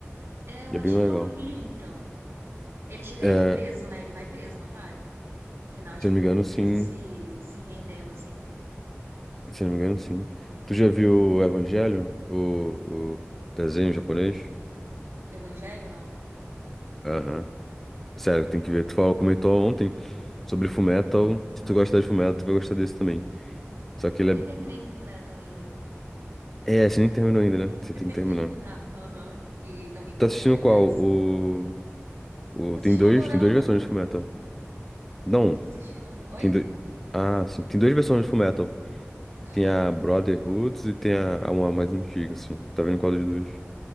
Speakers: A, on the right (about 65°); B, in the centre.
A: É, eu
B: E
A: acho
B: é bem legal.
A: que eu vi, então. Ele chega
B: É,
A: a ir preso, né? Ele vai preso, não vai? No final, é tipo,
B: se eu não
A: ele
B: me engano,
A: indo
B: sim.
A: preso se, se rendendo, assim.
B: Se eu não me engano, sim. Tu já viu
A: Eu não-
B: o Evangelho? O, o desenho japonês?
A: Evangelho, não.
B: Aham. Sério, tem que ver. Tu falou, comentou ontem. sobre Fullmetal. Se tu gostar de Fullmetal, tu vai gostar desse também. Só
A: Eu
B: que ele
A: nem terminei Fullmetal ainda. <laughs>
B: é. É, você nem terminou ainda, né? Você
A: Eu
B: tem
A: tenho
B: que terminar.
A: que terminar. Aham, que estão me cobrando
B: Tá assistindo
A: já
B: qual?
A: isso.
B: O. o...
A: Eu tô assistindo
B: Tem dois.
A: um dorama.
B: Tem duas versões de Fullmetal. Não.
A: Eu tô assistindo um... Oi?
B: Tem dois. Ah, sim. Tem duas versões de Fullmetal.
A: Ah.
B: Tem a Brotherhood e tem a, a uma mais antiga, assim. Tá vendo qual dos dois?